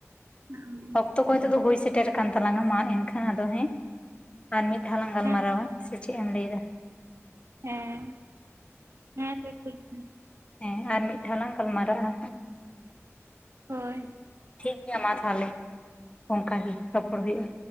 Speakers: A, on the right; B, on the left.
A: <unintelligible>
B: ᱚᱠᱛᱚ ᱛᱚᱫᱚ ᱦᱩᱭ ᱥᱮᱴᱮᱨ ᱟᱠᱟᱱ ᱛᱟᱞᱟᱝ-ᱟ, ᱢᱟ ᱮᱱᱠᱷᱟᱱ ᱟᱫᱚ ᱦᱮᱸ ᱟᱨ ᱢᱤᱫ ᱫᱷᱟᱣ ᱞᱟᱝ ᱜᱟᱞᱢᱟᱨᱟᱣᱟ᱾
A: ᱛᱚ
B: ᱥᱮ ᱪᱮᱫ ᱮᱢ ᱞᱟᱹᱭᱫᱟ <inaudible>
A: ᱦᱮᱸ ᱦᱮᱸ ᱛᱚ ᱴᱷᱤᱠ ᱜᱮᱭᱟ
B: ᱦᱮᱸ ᱟᱨ ᱢᱤᱫ ᱫᱷᱟᱣ ᱞᱟᱝ ᱜᱟᱞᱢᱟᱨᱟᱜᱼᱟ
A: ᱦᱳᱭ
B: ᱴᱷᱤᱠ ᱜᱮᱭᱟ ᱢᱟ ᱛᱟᱦᱚᱞᱮ ᱚᱱᱠᱟ ᱜᱮ ᱨᱚᱯᱚᱲ ᱦᱩᱭᱩᱜᱼᱟ